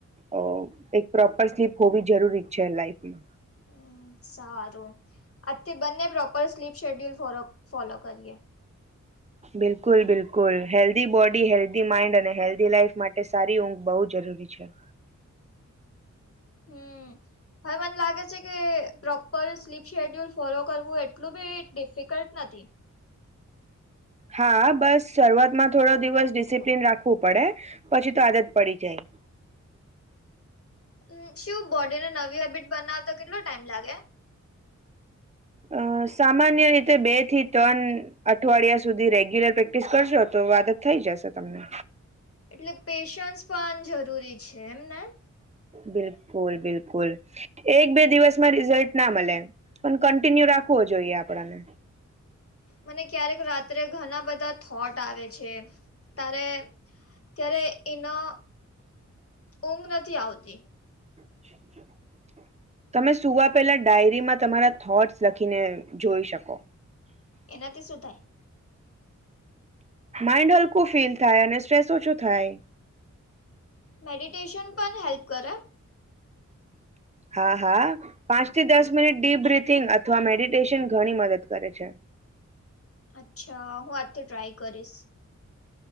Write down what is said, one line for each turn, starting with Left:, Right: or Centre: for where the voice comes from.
Right: અ એક પ્રોપર સ્લીપ હોવી જરૂરી છે લાઈફમાં
Left: હમ સારું આજથી બંને પ્રોપર સ્લીપ શેડ્યુલ ફો ફોલો કરીએ
Right: બિલકુલ બિલકુલ હેલ્ધી બોડી હેલ્ધી માઇન્ડ અને હેલ્ધી લાઈફ માટે સારી ઊંઘ બહુ જરૂરી છે
Left: હમ હવે મને લાગે છે કે પ્રોપર સ્લીપ શેડ્યુલ ફોલો કરવું એટલું બી ડિફિકલ્ટ નથી
Right: હા બસ શરૂઆતમાં થોડો દિવસ ડિસિપ્લિન રાખવું પડે પછી તો આદત પડી જાય
Left: મ શું બોડીને નવી હેબિટ બનાવતા કેટલો ટાઈમ લાગે
Right: અ સામાન્ય રીતે બે થી ત્રણ અઠવાડિયા સુધી રેગ્યુલર પ્રેક્ટિસ કરજો તો વાત જ થઈ જશે તમને
Left: એટલે પેશન્સ પણ જરૂરી છે એમને
Right: બિલકુલ બિલકુલ એક બે દિવસમાં રિઝલ્ટ ના મળે પણ કન્ટિન્યુ રાખવો જોઈએ આપણને
Left: મને ક્યારેક રાત્રે ઘણા બધા થોટ આવે છે તારે ત્યારે એના ઊંઘ નથી આવતી
Right: અચ્છાચ્ા તમે સુવા પેલા ડાયરીમાં તમારા થોટસ લખીને જોઈ શકો
Left: એનાથી શું થાય
Right: માઇન્ડ હલકું ફીલ થાય અને સ્ટ્રેસ ઓછું થાય
Left: મેડિટેશન પણ હેલ્પ કરે
Right: હા હા પાંચ થી દસ મિનિટ ડીપ બ્રીિથિંગ અથવા મેડિટેશન ઘણી મદદ કરે છે
Left: અચ્છા હું આજથી ટ્રાય કરીશ